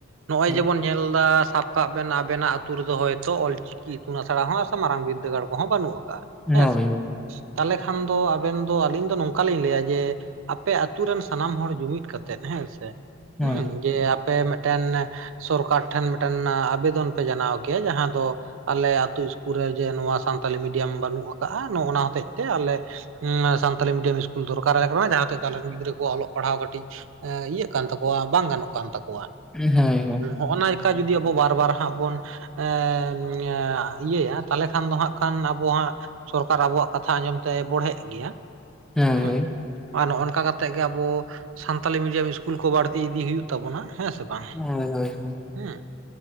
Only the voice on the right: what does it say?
ᱱᱚᱜᱼᱚᱭ
ᱡᱮᱢᱚᱱ ᱧᱮᱞ ᱫᱟ ᱥᱟᱵ ᱠᱟᱜ ᱵᱮᱱ ᱟᱵᱮᱱᱟᱜ ᱟᱹᱛᱩ ᱨᱮᱫᱚ ᱦᱚᱭᱛᱚ ᱚᱞ ᱪᱤ ᱠᱤ ᱤᱛᱩᱱ ᱟᱥᱲᱟ ᱦᱚᱸ ᱥᱮ ᱢᱟᱨᱟᱝ ᱵᱤᱫᱽᱫᱟᱹᱜᱟᱲ ᱠᱚᱦᱚᱸ ᱵᱟᱹᱱᱩᱜ ᱟᱠᱟᱜᱼᱟ, ᱦᱮᱸ
ᱥᱮ ᱾ ᱛᱟᱦᱚᱞᱮ ᱠᱷᱟᱱ ᱫᱚ ᱟᱵᱮᱱ ᱫᱚ ᱟᱹᱞᱤᱧ ᱫᱚ ᱱᱚᱝᱠᱟ ᱞᱤᱧ ᱞᱟᱹᱭᱟ ᱡᱮ ᱟᱯᱮ ᱟᱹᱛᱩ ᱨᱮᱱ ᱥᱟᱱᱟᱢ ᱦᱚᱲ ᱡᱩᱢᱤᱫ ᱠᱟᱛᱮᱜ ᱦᱮᱸ ᱥᱮ
ᱦᱩ ᱡᱮ ᱟᱯᱮ ᱢᱤᱫᱴᱮᱱ ᱥᱚᱨᱠᱟᱨ ᱴᱷᱮᱱ ᱢᱤᱫᱴᱮᱱ ᱟᱵᱮᱫᱚᱱ ᱯᱮ ᱡᱟᱱᱟᱣ ᱠᱮᱭᱟ ᱡᱟᱦᱟᱸ ᱫᱚ ᱟᱞᱮ ᱟᱹᱛᱩ ᱤᱥᱠᱩᱞ ᱨᱮ ᱡᱮ ᱱᱚᱣᱟ ᱥᱟᱱᱛᱟᱞᱤ ᱢᱤᱰᱤᱭᱟᱢ ᱵᱟᱹᱱᱩᱜ ᱟᱠᱟᱜᱼᱟ, ᱱᱚᱜ ᱚᱱᱟ ᱦᱚᱛᱮᱡ ᱛᱮ ᱟᱞᱮ ᱥᱟᱱᱛᱟᱞᱤ ᱢᱤᱰᱤᱭᱟᱢ ᱤᱥᱠᱩᱞ ᱫᱚᱨᱠᱟᱨ ᱠᱟᱱᱟ, ᱡᱟᱦᱟ ᱛᱮ ᱟᱞᱮ ᱨᱮᱱ ᱜᱤᱫᱽᱨᱟᱹ ᱠᱚ ᱚᱞᱚᱜ ᱯᱟᱲᱦᱟᱜ ᱠᱟᱹᱴᱤᱡ ᱮᱸ ᱤᱭᱟᱹᱜ ᱠᱟᱱ ᱛᱟᱠᱚᱣᱟ ᱵᱟᱝ ᱜᱟᱱᱚᱜ ᱠᱟᱱ ᱛᱟᱠᱚᱣᱟ᱾
ᱱᱚᱜᱼᱚᱭ ᱱᱟᱝᱠᱟ ᱡᱩᱫᱤ ᱟᱵᱚ ᱵᱟᱨ ᱵᱟᱨ ᱦᱟᱸᱜ ᱵᱚᱱ ᱮᱸ ᱤᱭᱟᱹᱭᱟ ᱛᱟᱦᱚᱞᱮ ᱠᱷᱟᱱ ᱫᱚ ᱦᱟᱸᱜ ᱠᱷᱟᱱ ᱟᱵᱚ ᱦᱟᱸᱜ ᱥᱚᱨᱠᱟᱨ ᱟᱵᱚᱣᱟᱜ ᱠᱟᱛᱷᱟ ᱟᱸᱡᱚᱢ ᱛᱮ ᱵᱚᱲᱦᱮᱜ ᱜᱮᱭᱟ
ᱦᱮᱸ᱾
ᱟᱨ ᱱᱚᱜ-ᱱᱚᱝᱠᱟ ᱠᱟᱛᱮᱫ ᱜᱮ ᱟᱵᱚ ᱥᱟᱱᱛᱟᱞᱤ ᱢᱤᱰᱤᱭᱟᱢ ᱤᱥᱠᱩᱞ ᱠᱚ ᱵᱟᱹᱲᱛᱤ ᱤᱫᱤ ᱦᱩᱭᱩᱜ ᱛᱟᱵᱚᱱᱟ ᱦᱮᱸ ᱥᱮ ᱵᱟᱝ,
ᱦᱮᱸ